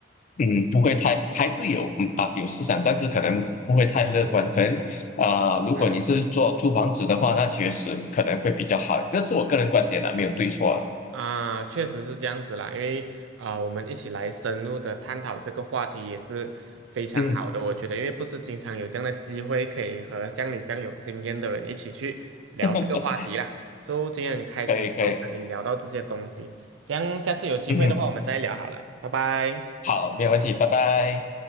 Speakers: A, on the left; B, on the right.
A: 嗯，不会太，还是有嗯啊有市场，但是可能不会太乐观。可能啊、如果你是做租房子的话，
B: 嗯
A: 那确实可能会比较好。这是我个人观点啊，没有对错啊。
B: 啊，确实是这样子啦，因为啊，我们一起来深入的探讨这个话题也是非常好的，
A: 嗯，
B: 我觉得，因为不是经常有这样的机会可以和像你这样有经验的人一起去聊这个话题啦，
A: <laughs>
B: 所以今天很开心能够跟你聊到这些东西，
A: 可以可以，
B: 这样下次有机会的话我们再聊好了，
A: 嗯，
B: 拜拜。
A: 好，没有问题，拜拜。